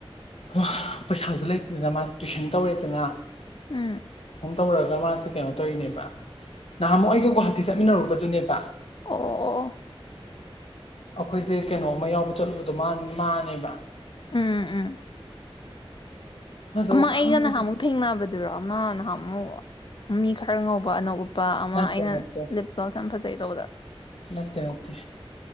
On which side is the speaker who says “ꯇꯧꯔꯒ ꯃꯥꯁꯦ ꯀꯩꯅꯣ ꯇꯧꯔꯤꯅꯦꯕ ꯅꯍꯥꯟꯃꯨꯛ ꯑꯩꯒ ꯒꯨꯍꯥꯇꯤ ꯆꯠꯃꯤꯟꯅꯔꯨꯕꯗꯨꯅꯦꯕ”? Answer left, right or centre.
Left